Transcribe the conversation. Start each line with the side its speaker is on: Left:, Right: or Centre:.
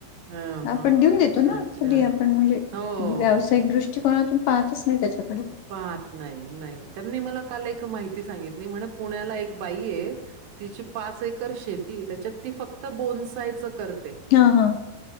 Right: हां, हां.
Left: आपण देऊन देतो ना,
Right: अच्छा.
Left: कधी आपण म्हणजे
Right: हो.
Left: व्यावसायिक दृष्टी <unintelligible> पाहतच नाही त्याच्यात.
Right: पात नाही नाही त्यांनी मला काल एक माहिती सांगितली म्हण पुण्याला एक बाई आहे तिची पाच एकर शेती हे त्याच्यात ती फक्त बोनसायचं करते.
Left: हा हा.